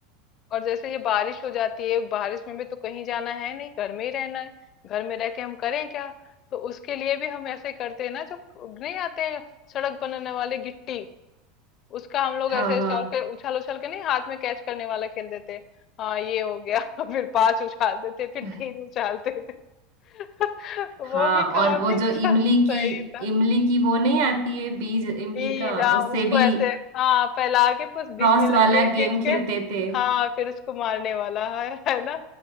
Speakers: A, on the left; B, on the right.
A: और जैसे ये बारिश हो जाती है बारिश में भी तो कहीं जाना है नहीं घर में ही रहना है घर में रह के हम करें क्या तो उसके लिए भी हम ऐसे करते हैं ना जो नहीं आते हैं सड़क बनाने वाले गिट्टी उसका हम लोग
B: हाँ
A: ऐसे शौक है उछल उछल के नहीं हाथ में कैच करने वाला खेल देते हाँ ये हो गया <laughs> फिर पांच उछालते थे फिर
B: हाँ
A: तीन उछालते थे <laughs> वो
B: हाँ
A: भी काफी
B: और वो
A: अच्छा-
B: जो इमली की
A: सही था
B: इमली की वो नहीं आती है बीज इमली
A: बीज
B: का
A: हाँ
B: उससे
A: उसको
B: भी
A: ऐसे हाँ फैला के फिर बीच
B: क्रॉस
A: में लकीर
B: वाला
A: खींच
B: गेम खेलते
A: के
B: थे
A: हाँ फिर उसको मारने वाला है है ना